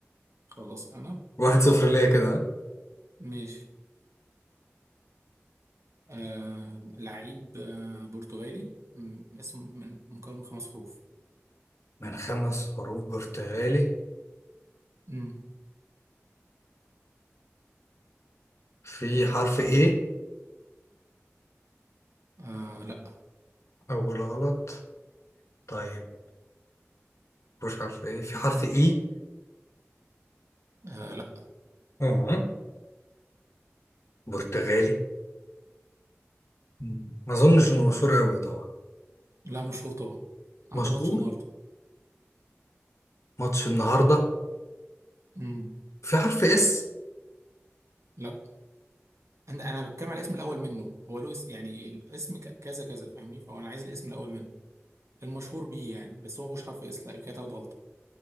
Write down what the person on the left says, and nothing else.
واحد صفر ليا كده ها؟
من خمس حروف برتغالي
في حرف ايه
اول غلط طيب مش حرف ايه في حرف اي
اه برتغالي مم. ما اظنش انه مشهور قوي طبعا
مشهور
ماتش النهارده
في حرف اس